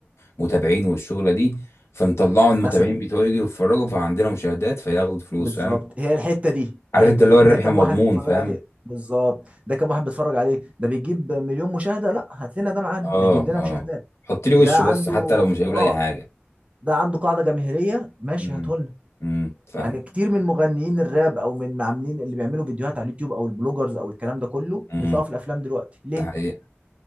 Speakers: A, on the left; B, on the right.
A: متابعين والشغله دي فنطلعوا المتابعين
B: مثلا
A: بتوعه يجوا يتفرجوا فعندنا مشاهدات فياخدوا فلوس
B: بالظبط
A: فاهم
B: هي الحته دي
A: عارف
B: الحته
A: انت اللي
B: دي
A: هو
B: ده
A: الربح
B: كم
A: المضمون
B: واحد بيتفرج
A: فاهم
B: عليه بالظبط ده كم واحد بيتفرج عليه ده بيجيب مليون مشاهده لا هات لنا ده معانا
A: اه
B: هيجيب لنا
A: اه
B: مشاهدات
A: حط لي وشه
B: ده عنده
A: بس حتى لو مش هيقول
B: اه
A: اي حاجه
B: ده عنده قاعده جماهيريه ماشي
A: امم
B: هاته لنا
A: امم فاهم
B: يعني كتير من مغنيين الراب او من عاملين اللي بيعملوا فيديوهات على اليوتيوب او البلوجرز او الكلام ده كله
A: امم
B: بيطلعوا في الافلام دلوقتي ليه
A: ده حقيقه